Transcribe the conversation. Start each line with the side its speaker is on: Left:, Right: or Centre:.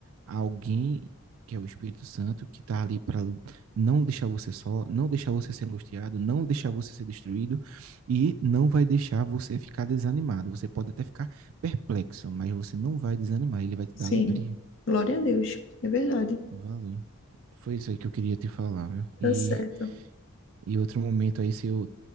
Right: alguém que é o Espírito Santo que está ali para não deixar você só, não deixar você ser angustiado, não deixar você ser destruído e não vai deixar você ficar desanimado. Você pode até ficar perplexo, mas você não vai desanimar, ele vai te
Left: Sim,
Right: dar alegria.
Left: glória a Deus, é verdade,
Right: Valeu. Foi isso aí que eu queria te falar, viu? E,
Left: tá certo.
Right: e outro momento aí, se eu